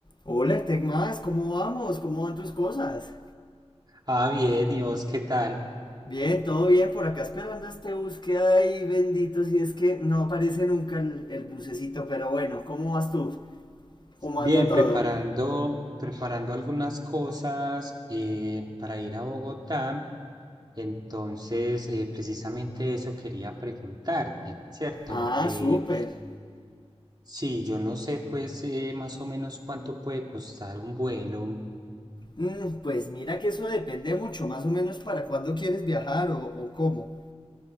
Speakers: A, on the left; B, on the right.
A: Hola, Tecmas, ¿cómo vamos? ¿Cómo van tus cosas?
B: Ah, bien, ¿y vos qué tal?
A: Bien, todo bien, por acá esperando este bus que hay, bendito, si es que no aparece nunca el, el bucecito, pero bueno, ¿cómo vas tú? ¿Cómo
B: Bien,
A: anda todo?
B: preparando, preparando algunas cosas eh, para ir a Bogotá. Entonces, eh, precisamente eso quería preguntarte, ¿cierto?
A: Ah,
B: Eh,
A: súper.
B: sí, yo no sé, pues, eh, más o menos cuánto puede costar un vuelo.
A: Mm, pues mira que eso depende mucho, más o menos para cuándo quieres viajar o, o cómo.